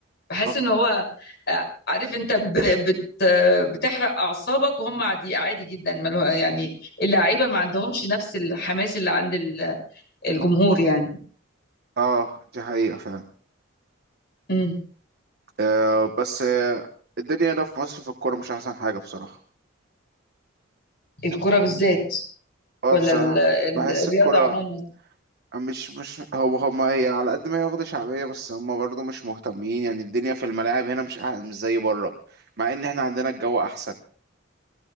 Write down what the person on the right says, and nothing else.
أك-
اه دي حقيقة فعلا
آه بس آه الدنيا هنا في مصر في الكورة مش أحسن حاجة بصراحة
اه
بصراحة
بحس
الكورة
مش مش هو هما هي على قد ما هي واخدة شعبية بس هما برضو مش مهتمين يعني الدنيا في الملاعب هنا مش أح- مش زي بره مع إن احنا عندنا الجو أحسن